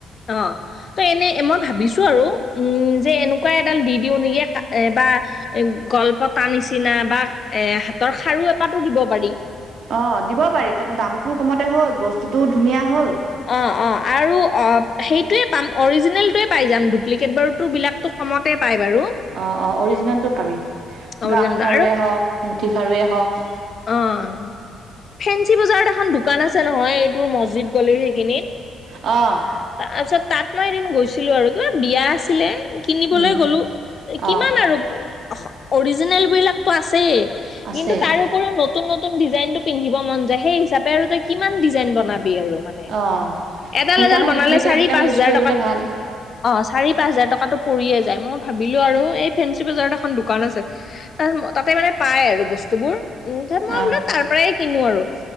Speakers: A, on the left; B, on the right.
A: অ'। ত' এনে মই ভাবিছোঁ আৰু- উম্ যে এনেকুৱা এডাল দি দিওঁ নেকি বা এ গলপতা নিচিনা বা এ হাতৰ খাৰু এপাতো দিব পাৰি।
B: অ দিব পাৰি তাতে দামটোও কমতে হ'ল, বস্তুটোও ধুনীয়া হ'ল।
A: অঁ অঁ আৰু অ সেইটোৱে পাম অৰিজিনেলটোৱে পাই যাম, ডুপ্লিকেট বাৰুটো বিলাকটো কমতে পাই বাৰু।
B: অ অ অৰিজিনেলটো পাবি।
A: অৰিজিনেলটো
B: গামখাৰুৱে হওঁক, মুঠি খাৰুৱে হওঁক।
A: অ্'। ফেঞ্চি বজাৰত এখন দোকান আছে নহয় এইটোৰ মছজিদ গলিৰ সেইখিনিত।
B: অ'।
A: আ-আচ্ছা তাত মই এদিন গৈছিলোঁ আৰু কিবা বিয়া আছিলে। কিনিবলে
B: উম
A: গ'লো, কিমান
B: অ
A: আৰু অস অৰিজিনেল বিলাকতো আছেই।
B: আছে
A: কিন্তু তাৰো পৰো নতুন-নতুন ডিজাইনটো পিন্ধিব মন যায় সেই হিচাপে আৰু তই কিমান ডিজাইন বনাবি আৰু। মানে।
B: অ
A: এডাল
B: সেইকাৰণে
A: এডাল বনালে
B: ডুপ্লিকেটবিলাক
A: চাৰি-পাঁচ
B: ইউজ
A: হাজাৰ
B: কৰিবলৈ
A: টকাত,
B: ভাল
A: অ চাৰি পাঁচ হাজাৰ টকাতো পৰিয়ে যায়, মই ভাবিলোঁ আৰু এই ফেঞ্চি বজাৰত এখন দোকান আছে- তাৰ তাতে মানে পাই আৰু বস্তুবোৰ, উম তাত মই
B: অ
A: বোলো তাৰ প্ৰায়ে কিনো আৰু।